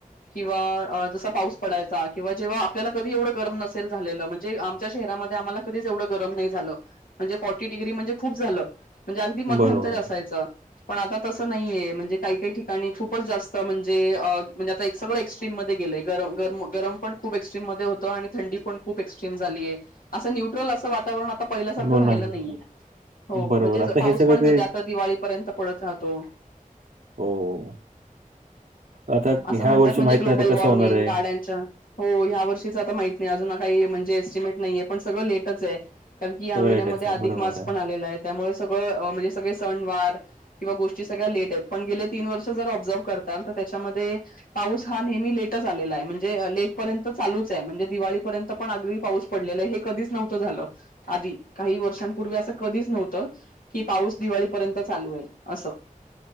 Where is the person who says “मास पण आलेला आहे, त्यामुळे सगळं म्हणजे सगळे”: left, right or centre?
Left